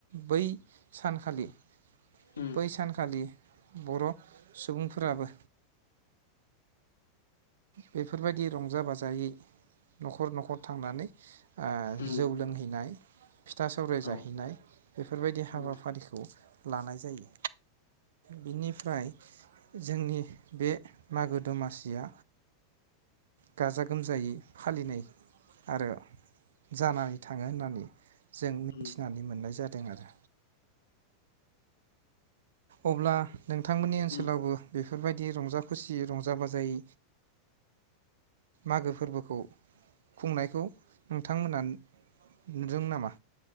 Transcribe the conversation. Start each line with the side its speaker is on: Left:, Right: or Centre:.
Right: बै सानखालि
Left: उम
Right: बै सानखालि बर' सुबुंफोराबो बेफोरबायदि रंजा बाजायै नख'र नख'र थांनानै ओ
Left: उम
Right: जौ लोंहैनाय फिथा सौराय
Left: औ
Right: जाहैनाय बेफोरबायदि
Left: उम
Right: हाबाफारिखौ लानाय जायो बिनिफ्राय जोंनि बे मागो दमासिया गाजा गोमजायै फालिनाय आरो जानानै थाङो होननानै जों मिथिनानै
Left: उम
Right: मोननाय जा दों आरो अब्ला नोंथांमोननि ओनसोलावबो
Left: उम
Right: बे फोरबायदि रंजा खुसि रंजा बाजायै मागो फोरबोखौ खुंनायखौ नोंथांमोना नुदों नामा?